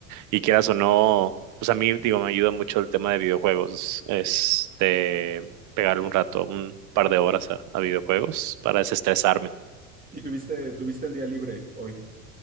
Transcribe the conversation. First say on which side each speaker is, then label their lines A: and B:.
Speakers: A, on the right (about 45°); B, on the right (about 20°).
A: y quieras o no, pues a mí, digo, me ayuda mucho el tema de videojuegos, este, pegarle un rato, un par de horas a, a videojuegos para desestresarme.
B: ¿Y tuviste, tuviste el día libre hoy?